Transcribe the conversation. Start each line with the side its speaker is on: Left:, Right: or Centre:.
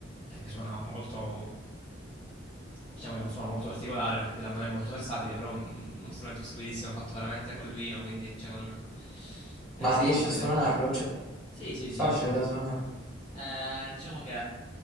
Left: eh, che suona molto, diciamo che è un suono molto particolare, per carità non è molto versatile, però è un- uno strumento stupidissimo fatto veramente col vino, quindi cioè, con- è
Centre: Ma
Left: stato
Centre: riesci
Left: molto
Centre: a suonarlo?
Left: divertente.
Centre: Cioè, è
Left: Sì, sì, sì.
Centre: facile
Left: mm.
Centre: da suonare.
Left: Eh, diciamo che